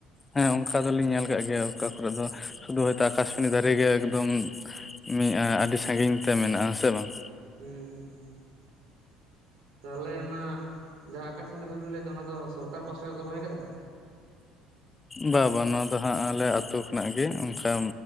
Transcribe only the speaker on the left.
ᱦᱮᱸ ᱚᱱᱠᱟ ᱫᱚᱞᱤᱧ ᱧᱮᱞ ᱠᱟᱜ ᱜᱮᱭᱟ ᱚᱠᱟ ᱠᱚᱨᱮᱜ ᱫᱚ ᱥᱩᱫᱷᱩ ᱦᱚᱭᱛᱳ ᱟᱠᱟᱥᱢᱚᱱᱤ ᱫᱟᱨᱮ ᱜᱮ ᱮᱠᱫᱚᱢ ᱢᱤᱜ-ᱟ ᱟᱹᱰᱤ ᱥᱟᱹᱜᱤᱧ ᱛᱮ ᱢᱮᱱᱟᱜ-ᱟ ᱥᱮ ᱵᱟᱝ᱾
ᱵᱟ ᱵᱟ ᱱᱚᱣᱟ ᱫᱚ ᱦᱟᱸᱜ ᱟᱞᱮ ᱟᱛᱳ ᱠᱷᱚᱱᱟᱜ ᱜᱮ ᱚᱱᱠᱟ